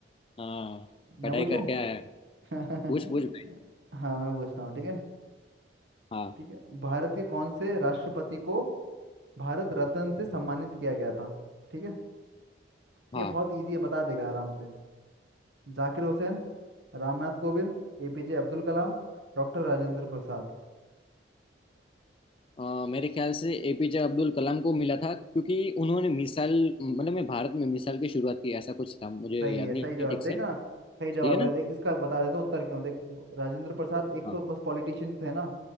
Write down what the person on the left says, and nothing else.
हाँ
पढ़ाई
करके आया है।
पूछ पूछ भाई
हाँ
हाँ।
अ, मेरे ख्याल से एपीजे अब्दुल कलाम को मिला था क्योंकि उन्होंने मिसाल मतलब मैं भारत में मिसाल की शुरुआत की ऐसा कुछ था मुझे
याद
नहीं
है ठीक
से
सही
है ना
हाँ